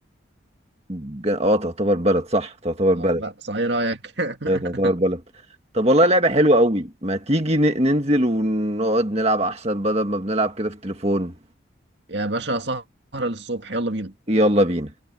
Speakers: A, on the right; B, on the right.
A: ج... اه تعتبر بلد صح تعتبر بلد
B: اه بقى صحيح رايك <laughs>
A: ايوه تعتبر بلد طب والله لعبة حلوة قوي ما تيجي ن... ننزل ونقعد نلعب أحسن بدل ما بنلعب كده في التليفون
B: يا باشا سهرة للصبح يلا بينا
A: يلا بينا